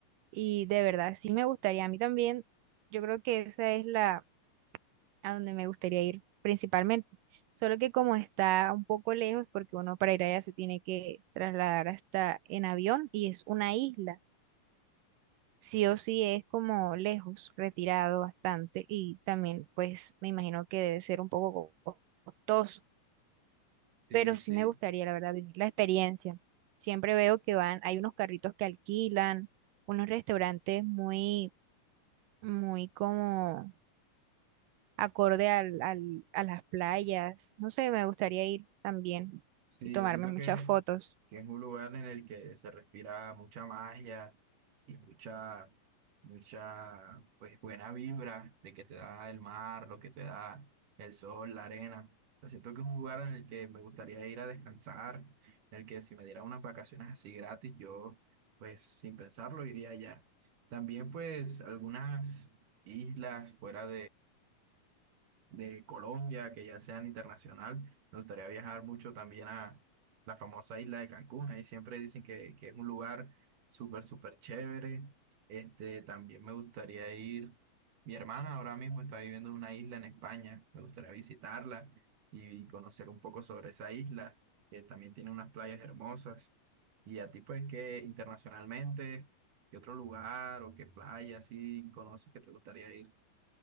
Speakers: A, on the right (about 85°); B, on the right (about 75°).
A: y de verdad sí me gustaría. A mí también, yo creo que esa es la a donde me gustaría ir principalmente. Solo que como está un poco lejos, porque uno para ir allá se tiene que trasladar hasta en avión y es una isla. Sí o sí es como lejos, retirado bastante y también pues me imagino que debe ser un poco co- costoso,
B: Sí,
A: pero sí
B: sí.
A: me gustaría la verdad vivir la experiencia. Siempre veo que van, hay unos carritos que alquilan, unos restaurantes muy, muy como acorde al, al- a las playas. No sé, me gustaría ir también
B: Sí,
A: y tomarme
B: yo siento
A: muchas
B: que,
A: fotos.
B: que es un lugar en el que se respira mucha magia y mucha, mucha, pues, buena vibra de que te da el mar, lo que te da el sol, la arena. O sea, siento que es un lugar en el que me gustaría ir a descansar, en el que si me diera unas vacaciones así gratis, yo, pues, sin pensarlo, iría allá. También, pues, algunas islas fuera de Colombia, que ya sean internacional. Me gustaría viajar mucho también a la famosa isla de Cancún. Ahí siempre dicen que, que es un lugar súper, súper chévere. Este, también me gustaría ir. Mi hermana ahora mismo está viviendo en una isla en España. Me gustaría visitarla y conocer un poco sobre esa isla, que también tiene unas playas hermosas. Y a ti, pues, que internacionalmente, ¿qué otro lugar o qué playa así conoces que te gustaría ir?